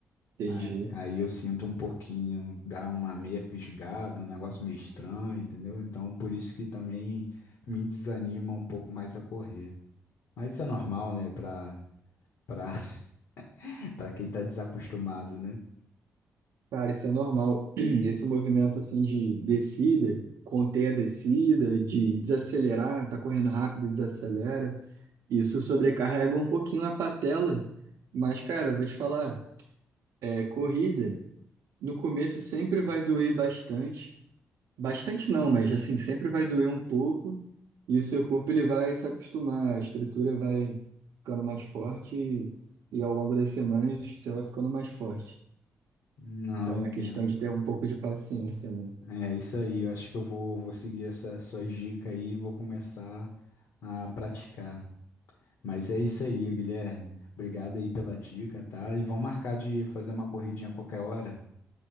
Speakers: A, on the right; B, on the left.
A: Entendi.
B: Aí, aí eu sinto um pouquinho, dá uma meia fisgada, um negócio meio estranho, entendeu? Então, por isso que também me desanima um pouco mais a correr. Mas isso é normal, né? Pra, pra, <laughs> pra quem tá desacostumado, né?
A: Cara, isso é normal. <clears throat> Esse movimento assim de descida, conter a descida, de desacelerar, tá correndo rápido e desacelera, isso sobrecarrega um pouquinho a patela. Mas, cara, eu vou te falar, é, corrida, no começo sempre vai doer bastante. Bastante não, mas assim, sempre vai doer um pouco. E o seu corpo ele vai se acostumar, a estrutura vai ficando mais forte e, e ao longo das semanas você vai ficando mais forte.
B: Não
A: Então
B: entendo.
A: é questão de ter um pouco de paciência, né?
B: É isso aí, eu acho que eu vou, vou seguir essa sua dica aí e vou começar a praticar. Mas é isso aí, Guilherme. Obrigado aí pela dica, tá? E vamos marcar de fazer uma corridinha a qualquer hora.